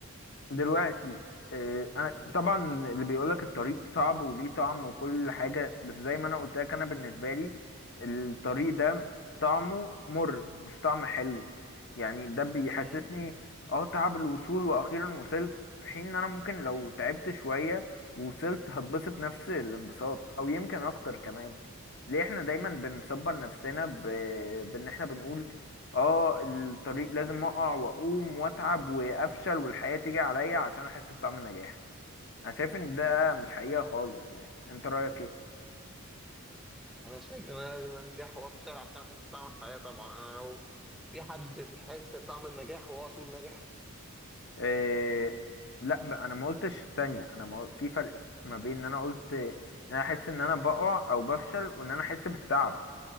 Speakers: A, on the left; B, in the centre.
A: دلوقتي آه، انا طبعا اللي بيقولك الطريق صعب وليه طعم وكل حاجه بس زي ما انا قلت لك انا بالنسبه لي الطريق ده طعمه مر مش طعم حلو يعني ده بيحسسني
B: أمم.
A: اه تعب الوصول واخيرا وصلت في حين ان انا ممكن لو تعبت شويه ووصلت هتبسط نفس الانبساط او يمكن اكتر كمان ليه احنا دايما بنصبر نفسنا ب... بان احنا بنقول اه الطريق لازم اقع واقوم واتعب وافشل والحياة تيجي عليا عشان احس بطعم النجاح انا شايف ان ده مش حقيقة خالص يعني انت رأيك ايه
B: أنا شايف إن أنا لازم أنجح وأفشل عشان أحس بطعم الحياة طبعا أنا لو في حد بيحس بطعم النجاح وهو طول ناجح
A: إيه لا بقى انا ما قلتش ثانية انا ما قل- في فرق ما بين ان انا قلت ان انا احس ان انا بقع او بفشل وان انا احس بالتعب